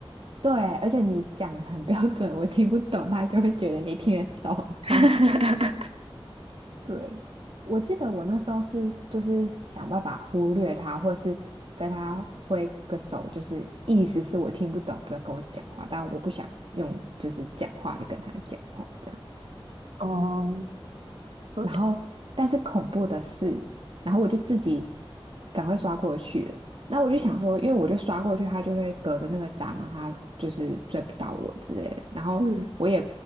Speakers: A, on the right (about 65°); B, on the right (about 80°).
A: 对，而且你讲很标准，我听不懂，他就会觉得你听得懂，<laughs>
B: <laughs>
A: 哈哈。对，我记得我那时候是就是想办法忽略他，或是跟他挥个手，就是意思是我听不懂，不要跟我讲话，但我不想用就是讲话的跟他讲话这样。
B: 哦，对，
A: 然后但是恐怖的是，然后我就自己赶快刷过去了。那我就想说，因为我就刷过去，他就会隔着那个闸门，他就是追不到我之类的。然后我也
B: 嗯，